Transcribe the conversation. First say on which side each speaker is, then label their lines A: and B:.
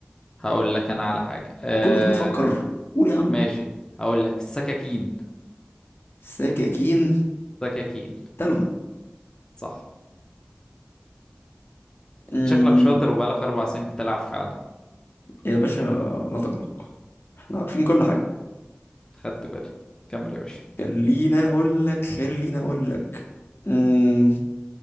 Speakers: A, on the left; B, on the left.
A: هقول لك انا على حاجه آه
B: كل ده بتفكر قول يا عم
A: ماشي هقول لك سكاكين
B: سكاكين
A: سكاكين
B: تالون
A: صح
B: أمم،
A: انت شكلك شاطر وبقالك اربع سنين بتلعب فعلا
B: يا باشا لا تقلق احنا عارفين كل حاجة
A: خدت بالي كمل يا باشا
B: خليني اقول لك خليني اقول لك أمم،